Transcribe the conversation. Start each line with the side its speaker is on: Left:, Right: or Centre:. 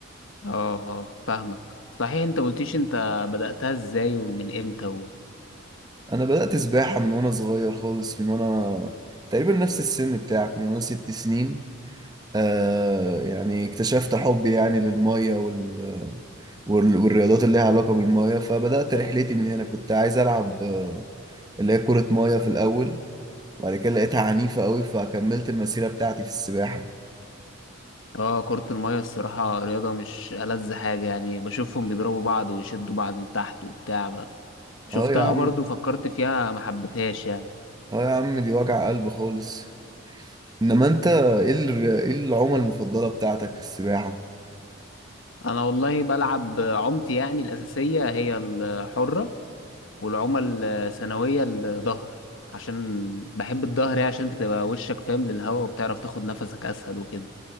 Left: اه اه فاهمك صحيح انت قلتيش انت بدأتها ازاي ومن امتى و...
Right: انا بدأت سباحة من وانا صغير خالص من وانا تقريبا نفس السن بتاعك من وانا ست سنين آه يعني اكتشفت حبي يعني للمية وال... وال... والرياضات اللي ليها علاقة بالمية فبدأت رحلتي من هنا كنت عايز ألعب آه، اللي هي كرة مية في الأول وبعد كده لقيتها عنيفة قوي فكملت المسيرة بتاعتي في السباحة
Left: اه كرة المية الصراحة رياضة مش ألذ حاجة يعني بشوفهم بيضربوا بعض ويشدوا بعض لتحت وبتاع بقى شفتها
Right: اه يا عم
Left: برضو فكرت فيها ما حبيتهاش يعني
Right: اه يا عم دي وجع قلب خالص انما انت ايه ال- ايه العومة المفضلة بتاعتك في السباحة
Left: انا والله بلعب عمتي يعني الاساسيه هي الحره والعمى الثانويه الظهر عشان بحب الظهر يعني عشان بتبقى وشك فاهم للهواء وبتعرف تاخد نفسك اسهل وكده